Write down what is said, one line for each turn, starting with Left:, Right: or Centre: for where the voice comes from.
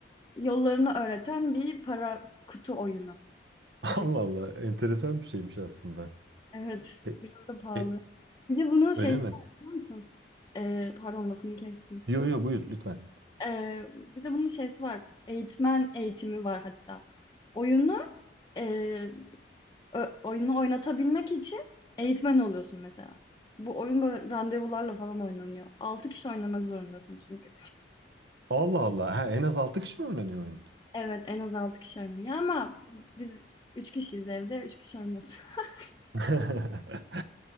Left: yollarını öğreten bir para kutu oyunu.
Right: Allah
Left: O şekilde.
Right: Allah. Enteresan bir şeymiş aslında.
Left: Evet,
Right: E,
Left: biraz da pahalı.
Right: e,
Left: Bir de bunun şeysi
Right: öyle mi?
Left: var biliyor musun? Eee, pardon lafını kestim.
Right: Yo yo buyur lütfen.
Left: Eee, bir de bunun şeysi var, eğitmen eğitimi var hatta. Oyunu, eee Ö oyunu oynatabilmek için eğitmen oluyorsun mesela. Bu oyun böyle randevularla falan oynanıyor. 6 kişi oynamak zorundasın çünkü.
Right: Allah Allah. Ha, en az 6 kişi mi oynanıyor oyun?
Left: Evet, en az 6 kişi oynanıyor ama biz 3 kişiyiz evde, 3 kişi oynuyoruz. <laughs>
Right: <laughs>